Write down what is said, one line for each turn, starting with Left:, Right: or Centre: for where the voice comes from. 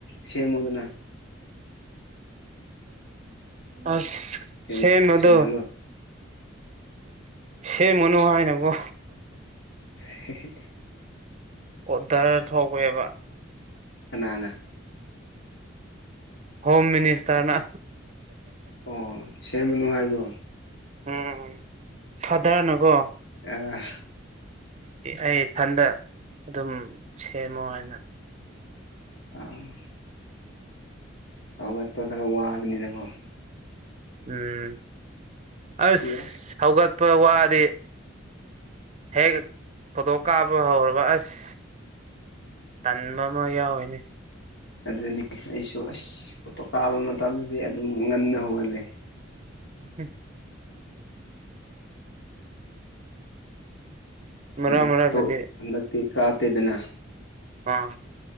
Left: ꯁꯦꯝꯃꯨꯗꯅ
Right: ꯑꯁ
Left: ꯁꯦꯝ
Right: ꯁꯦꯝꯕꯗꯣ
Left: ꯁꯦꯝꯍꯜꯂꯣ
Right: ꯁꯦꯝꯒꯅꯨ ꯍꯥꯏꯅꯀꯣ
Left: ꯍꯦꯍꯦ
Right: ꯑꯣꯗ꯭ꯔ ꯊꯣꯛꯋꯦꯕ
Left: ꯀꯥꯅꯅ
Right: ꯍꯣꯝ ꯃꯤꯅꯤꯁꯇ꯭ꯔꯅ
Left: ꯑꯣ ꯁꯦꯝꯃꯅꯨ ꯍꯥꯏꯕ꯭ꯔꯣ
Right: ꯎꯝ ꯐꯗ꯭ꯔꯅꯀꯣ
Left: ꯑꯥ
Right: ꯑꯩ ꯏꯊꯟꯗ ꯑꯗꯨꯝ ꯁꯦꯝꯃꯣ ꯍꯥꯏꯅ
Left: ꯎꯝ ꯍꯧꯒꯠꯄ ꯈꯔ ꯋꯥꯕꯅꯤꯔꯀꯣ
Right: ꯎꯝ ꯑꯁ
Left: ꯌꯥꯏ
Right: ꯁꯧꯒꯠꯄ ꯋꯥꯗꯤ ꯍꯦꯛ ꯐꯣꯇꯣ ꯀꯥꯞꯄ ꯍꯧꯔꯕ ꯑꯁ ꯇꯟꯕ ꯑꯃ ꯌꯥꯎꯋꯤꯅꯦ
Left: ꯑꯗꯨꯅꯤ ꯑꯩꯁꯨ ꯑꯁ ꯐꯣꯇꯣ ꯇꯥꯕ ꯃꯇꯝꯗꯗꯤ ꯑꯗꯨꯝ ꯉꯟꯅ ꯍꯧꯒꯜꯂꯦ
Right: <inaudible>
Left: ꯍꯟꯗꯛꯇꯣ
Right: ꯃꯔꯛ ꯃꯔꯛꯇꯗꯤ
Left: ꯍꯟꯗꯛꯇꯤ ꯀꯥꯞꯇꯦꯗꯅ
Right: ꯑꯥ